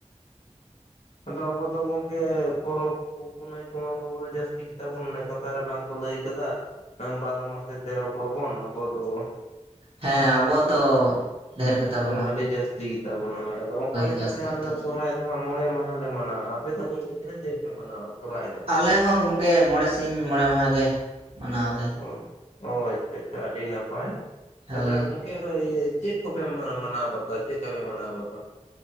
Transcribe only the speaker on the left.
ᱟᱫᱚ ᱟᱵᱚ ᱫᱚ ᱜᱚᱝᱠᱮ ᱯᱚᱨᱚᱵᱽ ᱠᱚ ᱯᱩᱱᱟᱹᱭ ᱠᱚᱢᱟ ᱵᱚᱸᱜᱟ ᱵᱩᱨᱩ ᱫᱚ ᱡᱟᱹᱥᱛᱤ ᱜᱮᱛᱟ ᱵᱚᱱ ᱚᱱᱮ ᱠᱟᱛᱷᱟ ᱨᱮ ᱵᱟᱝ ᱠᱚ ᱞᱟᱹᱭ ᱟᱠᱟᱫᱟ ᱵᱟᱨᱚ ᱢᱟᱥᱮ ᱛᱮᱨᱚ ᱯᱚᱨᱵᱚᱱ ᱟᱵᱚ ᱫᱚ
ᱮᱠᱫᱚᱢ
ᱟᱹᱰᱤ ᱡᱟᱹᱥᱛᱤ ᱜᱮᱛᱟ ᱵᱚᱱ ᱦᱳᱭ ᱟᱫᱚ ᱚᱱᱠᱟ ᱞᱮᱠᱟ
ᱛᱮ ᱟᱞᱮ
ᱥᱚᱨᱦᱟᱭ ᱟᱞᱮ ᱫᱚ ᱦᱟᱸᱜ ᱢᱚᱬᱮ ᱢᱟᱦᱟ ᱞᱮ ᱢᱟᱱᱟᱣᱟ ᱟᱯᱮ ᱫᱚ ᱜᱚᱝᱠᱮ ᱛᱤᱱᱟᱹᱜ ᱫᱤᱱ ᱯᱮ ᱢᱟᱱᱟᱣᱟ ᱥᱚᱨᱦᱟᱭ ᱫᱚ?
ᱚ ᱚ ᱟᱪᱪᱷᱟ ᱟᱪᱪᱷᱟ ᱟᱹᱰᱤ ᱱᱟᱯᱟᱭ
ᱟᱪᱪᱷᱟ ᱜᱚᱝᱠᱮ ᱜᱚᱝᱠᱮ ᱤᱭᱟᱹ ᱪᱮᱫ ᱠᱚᱯᱮ ᱢᱟᱱᱟ ᱢᱟᱱᱟᱣ ᱵᱟᱛᱟᱣᱟ ᱪᱮᱫ ᱠᱚᱯᱮ ᱢᱟᱱᱟᱣ ᱵᱟᱛᱟᱣᱟ?